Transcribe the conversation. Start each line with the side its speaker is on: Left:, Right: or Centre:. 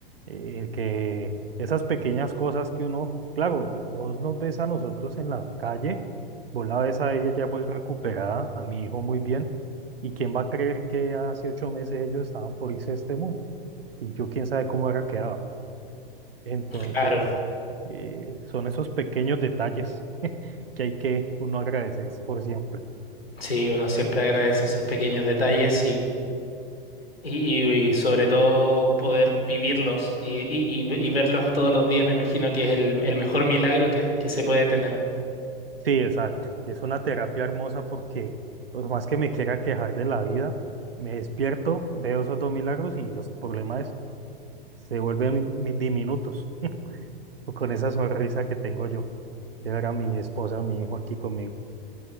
Right: Eh, que esas pequeñas cosas que uno, claro, vos nos ves a nosotros en la calle, vos la ves a ella ya muy recuperada, a mi hijo muy bien, y quién va a creer que hace ocho meses ellos estaban por irse a este mundo, y yo quién sabe cómo era quedado. Entonces,
Left: Claro,
Right: eh, son esos pequeños detalles <laughs> que hay que uno agradecerse por siempre.
Left: sí, uno siempre agradece esos pequeños detalles Y, y- sobre todo poder vivirlos y, y- y- y verlos todos los días, me imagino que es el, el mejor milagro que, que se puede tener.
Right: Sí, exacto. Es una terapia hermosa porque por más que me quiera quejar de la vida, me despierto, veo esos dos milagros y los problemas se vuelven mi- diminutos. O con esa sonrisa que tengo yo, que era mi esposa, mi hijo aquí conmigo.